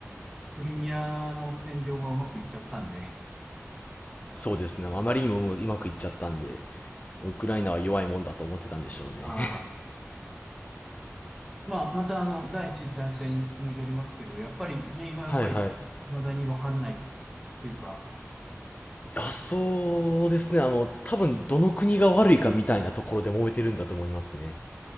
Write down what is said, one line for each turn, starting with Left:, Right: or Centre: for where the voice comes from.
Centre: クリミアの占領がうまくいっちゃったんで。
Left: そうですね。あまりにももううまくいっちゃったんで、ウクライナは弱いもんだと思ってたんでしょうね。
Centre: ああ。
Left: <laughs>
Centre: まあ、また、あの、第一次大戦に戻りますけど、やっぱり、原因はやっぱり、
Left: はいはい。
Centre: 未だにわからないっていうか、
Left: いや、そうですね。あの、多分どの国が悪いかみたいなところで揉めてるんだと思いますね。